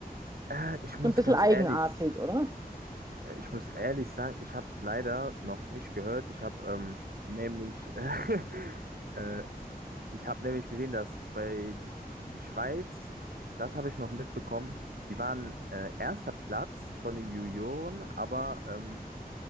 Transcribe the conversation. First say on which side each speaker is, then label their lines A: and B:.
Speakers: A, on the right; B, on the right.
A: Äh, ich muss
B: So Ein bisschen
A: ganz
B: eigenartig,
A: ehrlich.
B: oder?
A: Äh, Ich muss ehrlich sagen, ich habe es leider noch nicht gehört. Ich habe ähm, nämlich, <laughs> äh, ich habe nämlich gesehen, dass bei die, Sch- die Schweiz, das habe ich noch mitbekommen, die waren äh, erster Platz von den Junioren, aber ähm,